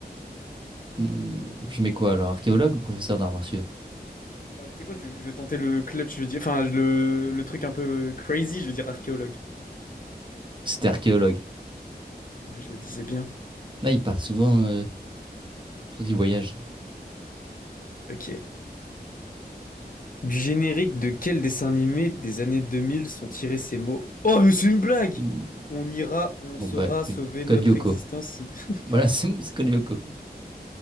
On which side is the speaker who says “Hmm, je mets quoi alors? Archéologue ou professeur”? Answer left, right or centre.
Right